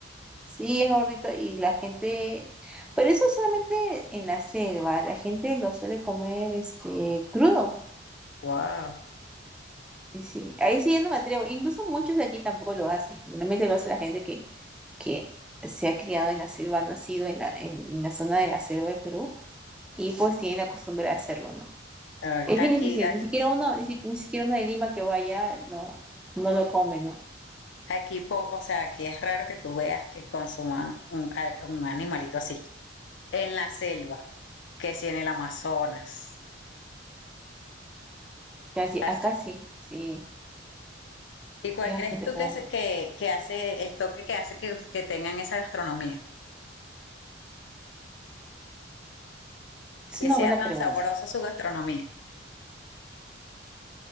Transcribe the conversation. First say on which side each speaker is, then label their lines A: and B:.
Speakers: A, in the centre; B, on the left (about 70°).
A: Sí, es gordito y la gente, pero eso solamente en la selva, la gente lo suele comer este crudo.
B: wow.
A: Y sí, ahí sí yo no me atrevo. Incluso muchos de aquí tampoco lo hacen. Generalmente lo hace la gente que, que se ha criado en la selva, ha nacido en la, en la zona de la selva de Perú y pues tiene la costumbre de hacerlo, ¿no?
B: Ah,
A: Es
B: Aquí,
A: bien difícil,
B: aquí,
A: ni siquiera uno, ni, si- ni siquiera uno de Lima que vaya no, no lo come, ¿no?
B: aquí, po- o sea, aquí es raro que tú veas que consuman un, a- un animalito así. En la selva, que si en el Amazonas.
A: Ya decir,
B: Así.
A: acá sí, sí,
B: ¿Y cuál
A: es
B: crees
A: bastante
B: tú
A: común.
B: que, se- que, que hace el toque que hace que, que tengan esa gastronomía?
A: Es
B: Que
A: una
B: sea
A: buena
B: tan
A: pregunta.
B: sabrosa su gastronomía.